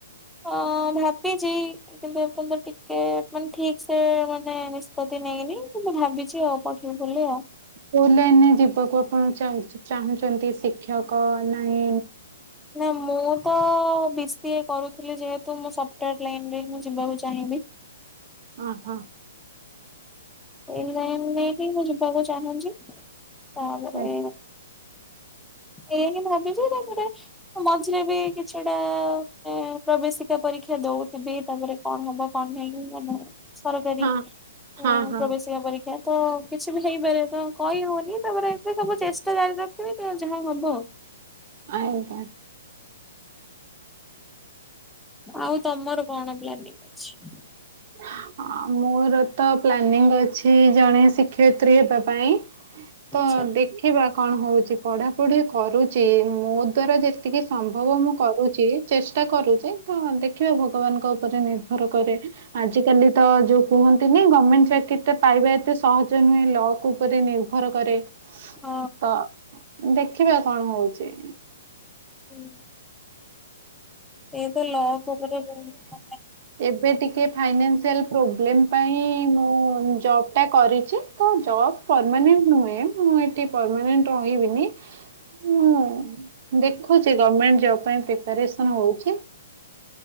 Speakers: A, in the centre; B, on the right.
A: ଅ ଭାବିଛି କିନ୍ତୁ ଏପର୍ଯ୍ୟନ୍ତ ଟିକେ ମାନେ ଠିକ ସେ ମାନେ ନିଷ୍ପତ୍ତି ନେଇନି କିନ୍ତୁ ଭାବିଛି ଆଉ ପ <unintelligible> ବୋଲି ଆଉ।
B: କୋଉ ଲାଇନରେ ଯିବାକୁ ଆପଣ ଚାଉ ଚାହୁଁଛନ୍ତି? ଶିକ୍ଷକ ନାଇ
A: ନା ମୁଁ ତ ବି ସି ଏ କରୁଥିଲି ଯେହେତୁ ମୁଁ ସଫ୍ଟୱାର ଲାଇନରେ ମୁଁ ଯିବାକୁ ଚାହିଁବି।
B: ଓ ହଁ।
A: ଏ ଲାଇନ ରେ ହିଁ ମୁଁ ଯିବାକୁ ଚାହୁଁଛି। ତାପରେ
B: ହଁ
A: ଏଇଆ ହିଁ ଭାବିଛି ତାପରେ ମଝିରେ ବି କିଛିଟା ମାନେ ପ୍ରବେଶିକା ପରୀକ୍ଷା ଦଉଥିଲି ତାପରେ କଣ ହବ କଣ ନାହିଁ ତାପରେ ସରକାରୀ
B: ହଁ
A: ଉଁ
B: ହଁ ହଁ
A: ପ୍ରବେଶିକା ପରୀକ୍ଷା। ତ କିଛି ବି ହେଇପାରେ ତ କହି ହଉନି ତାପରେ ଏବେ ସବୁ ଚେଷ୍ଟା ଜାରି ରଖିବି ଯାହା ହବ।
B: ଆଜ୍ଞା।
A: ଆଉ ତମର କଣ ପ୍ଲାନିଙ୍ଗ୍ ଅଛି?
B: <inaudible> ଆ ମୋର ତ ପ୍ଲାନିଙ୍ଗ୍ ଅଛି ଜଣେ ଶିକ୍ଷୟତ୍ରୀ ହେବା ପାଇଁ। ତ
A: ଆଚ୍ଛା
B: ଦେଖ ଖିବା କଣ ହଉଛି ପଢାପଢି କରୁଛି ମୋ ଦ୍ଵାରା ଯେତିକି ସମ୍ଭବ ମୁଁ କରୁଛି ଚେ ଚେଷ୍ଟା କରୁଛି ତ ଦେଖିବା ଭଗବାନଙ୍କ ଉପରେ ନିର୍ଭର କରେ। ଆଜିକାଲି ତ ଯୋଉ କୁହନ୍ତିନି ଗମେଣ୍ଟ ଚାକିରିଟା ପାଇବା ଏତେ ସହଜ ନୁହେଁ ଲକ ଉପ୍ ଉପରେ ନିର୍ଭର କରେ
A: ହଁ
B: ତ ଦେଖିବା କଣ ହଉଛି।
A: ହୁଁ। ଏଇ ତ ଲକ୍ ଉପରେ <unintelligible>
B: ଏବେ ଟିକେ ଫାଇନାନ୍ସିଆଲ୍ ପ୍ରୋବ୍ଲେମ୍ ପାଇଁ ମୁଁ ଜବ୍ ଟା କରିଛି। ତ ଜବ ପରମାନେଣ୍ଟ ନୁହେଁ ମୁଁ ଏଠି ପରମାନେଣ୍ଟ ରହିବିନି। ହୁଁ ଦେଖୁଛି ଗମେଣ୍ଟ ଜବ ପାଇଁ ପ୍ରିପାରେସନ୍ ହଉଛି।